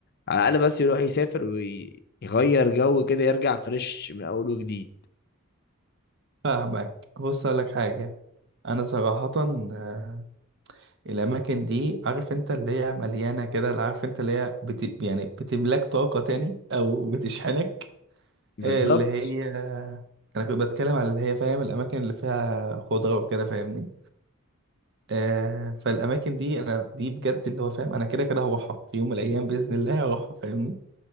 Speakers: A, on the left; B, on the right.
A: على الاقل بس يروح يسافر ويغير جو كده يرجع فريش من اول وجديد
B: فاهمك بص أقول لك حاجة أنا صراحة آه، الأماكن دي عارف أنت اللي هي مليانة كده اللي عارف أنت اللي هي بت... يعني بتملاك طاقة تاني أو بتشحنك
A: بالظبط
B: اللي هي أنا كنت بتكلم على اللي هي فاهم الأماكن اللي فيها خضرة وكده فاهمني آه فالأماكن دي أنا دي بجد اللي هو فاهم أنا كده كده هروحها في يوم من الأيام بإذن الله هروحها فاهمني